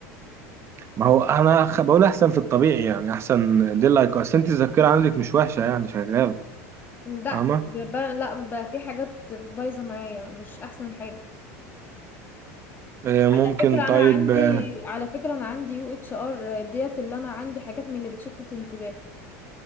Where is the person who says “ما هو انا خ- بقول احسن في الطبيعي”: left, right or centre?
Right